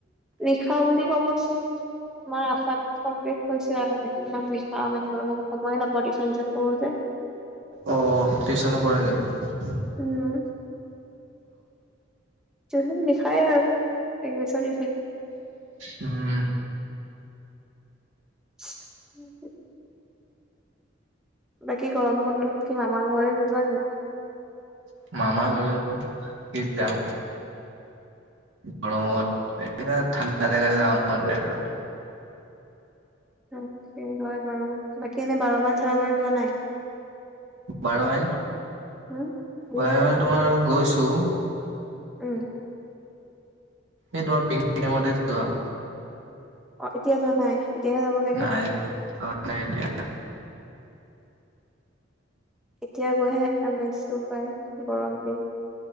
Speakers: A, in the centre; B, on the right (about 75°).
A: ৰিখা বুলি ক'ব মানে। তোমাৰ আামি কমপ্লিট কৰিছে নি, ন, সময়ে টিউচন চন কৰো যে।
B: অ, টিউচনো কৰা নকি।
A: উম, জহ লিখায় আৰুছ।
B: উম।
A: <inaudible> বাকী গৰম বন্ধত কি আমাৰ ঘৰে নোযোৱানে?
B: মামা ঘলে স, যাম। গৰমত এ, ঠাণ্ডা জেগা য, মন যায় আৰু।
A: তাকে হয় বাৰু। বাকী এনে বাৰ মাল, চাৰ মাল, লোৱা নাই।
B: বাৰ মাইল,
A: উম, ভালুকপুং
B: বাৰ মাইল তোমাৰ গৈছো।
A: উম।
B: এই তোমাৰ পিমতে যোৱা।
A: অ, এতিয়া যোৱা নাই। এতিয়াহে যাব লাগে
B: নাই, নাই, এতিয়া
A: এতিয়া গৈহে, এমেজটো পায় গৰম দিন।